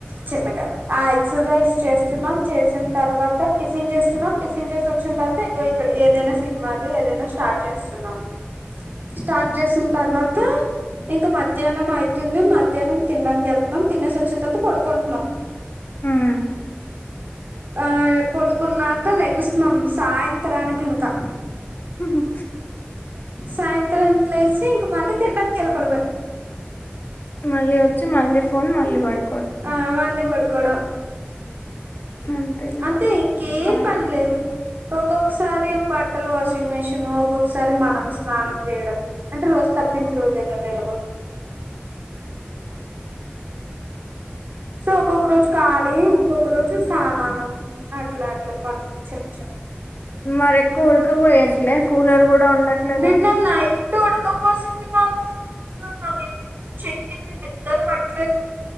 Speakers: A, on the right; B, on the left.
A: చిన్నగా ఆ ఎక్సర్సైజ్ చేస్తున్నాం చేసిన తర్వాత టిఫిన్ చేస్తున్నాం టిఫిన్ చేసి వచ్చిన తర్వాత ఇక్కడ ఏదైనా సినిమాది ఏదైనా స్టార్ట్ చేస్తున్నాం స్టార్ట్ చేసిన తర్వాత ఇంకా మధ్యాహ్నం అయతుంది మధ్యాహ్నం తినడానికి వెళ్తున్నాం తినేసి వచ్చిన తర్వాత పడుకుంటున్నాం
B: ఉమ్
A: ఆ పడుకున్నాక లెగుస్తున్నాం సాయంత్రానికి ఇంకా
B: ఉహు
A: సాయంత్రానికి లేసి ఇంక మళ్ళీ తినడానికి వెళ్ళి పోవడమే
B: మళ్ళీ వచ్చి మళ్ళీ ఫోన్ మళ్ళీ పడు
A: ఆ మళ్ళీ పడుకోవడం
B: అంతే ఇంగా
A: అంటే ఇంకేం
B: ఖాళీ
A: పనిలేదు ఒక్కొక్కసారి బట్టలు వాష్ మిషన్ ఒక్కొక్కసారి మనం స్నానం చేయడం అంటే రోజు తప్పించి రోజే కదా ఎలగో సో ఒక్కొక్క రోజు కాలి ఇంక్కొక్క రోజు సానానం అట్లా అట్లా పంచామ్ ఛా
B: మరి ఎక్కువ ఉడక పోయట్లే కూలర్ కూడా ఉండట్లేదు
A: నిన్న ఉన్నాయి ఉడకపోసింది మాకు ఫుల్ గా నాకైతే పిచ్చ ఎక్కింది నిద్ర పట్టు ట్లేదు